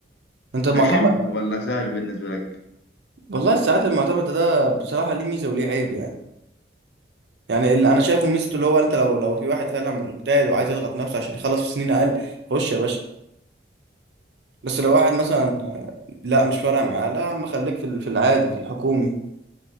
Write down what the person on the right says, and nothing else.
انت معتمد
والله الساعات المعتمدة ده بصراحة ليه ميزة وليه عيب يعني يعني اللي أنا شايفه ميزته اللي هو أنت لو لو في واحد فعلا مجتهد وعايز يضغط نفسه عشان يخلص في سنين أقل خش يا باشا بس لو واحد مثلا آه، لا مش فارق معاه لا يا عم خليك في ال- في العادي في الحكومي